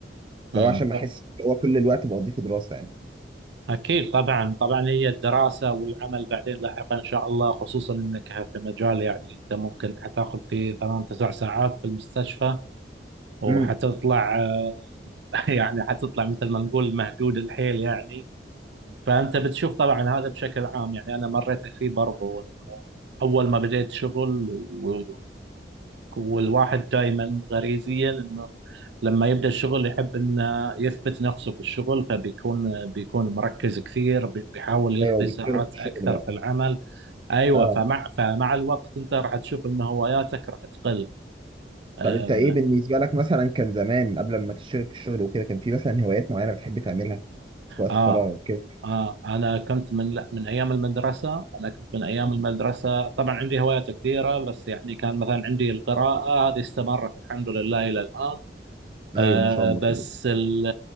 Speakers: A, on the right; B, on the right.
A: مم.
B: لو عشان ما أحس اللي هو كل الوقت بقضيه في دراسة يعني
A: أكيد طبعا طبعا هي الدراسة والعمل بعدين لاحقا إن شاء الله خصوصا أنك في مجال يعني أنت ممكن حتاخذ فيه ثمان تسع ساعات في المستشفى وحتطلع
B: مم.
A: آه، <laughs> يعني حتطلع مثل ما نقول مهدود الحيل يعني فأنت بتشوف طبعا هذا بشكل عام يعني أنا مريت فيه برضو إنه أول ما بديت شغل و- والواحد دائما غريزيا إنه لما يبدأ الشغل يحب إنه يثبت نفسه في الشغل فبيكون بيكون مركز كثير بي- بيحاول يقضي
B: أيوه
A: ساعات
B: بتشتغل في الشغل
A: أكثر
B: بقى
A: في العمل أيوة
B: اه
A: فمع فمع الوقت أنت راح تشوف إن هواياتك راح تقل آه,
B: طب انت ايه بالنسبه لك مثلا كان زمان قبل ما تشتغل في الشغل وكده كان في مثلا هوايات معينه بتحب تعملها في وقت
A: آه
B: فراغك كده
A: آه أنا كنت من لا من أيام المدرسة أنا كنت من أيام
B: مم.
A: المدرسة طبعا عندي هوايات كثيرة بس يعني كان مثلا عندي القراءة هذه استمرت الحمد لله إلى الآن
B: <laughs>
A: آه
B: ايوه ما شاء الله
A: بس
B: كده
A: ال-